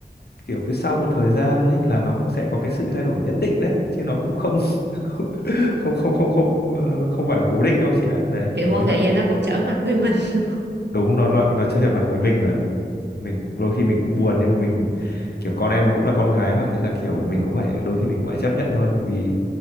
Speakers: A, on the left; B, on the right.
A: kiểu cứ sau một thời gian ấy là nó cũng sẽ có cái sự thay đổi nhất định đấy chứ nó cũng không <laughs> không không không không không, ờ, không phải cố định đâu chị ạ đấy
B: kiểu
A: kiểu
B: một
A: như vậy
B: thời gian nó cũng trở mặt với mình luôn
A: đúng nó nó nó chơi mặt với mình là mình đôi khi mình cũng buồn nhưng mà mình kiểu con em cũng là con gái mà thế là kiểu mình cũng phải đôi khi mình cũng phải chấp nhận thôi vì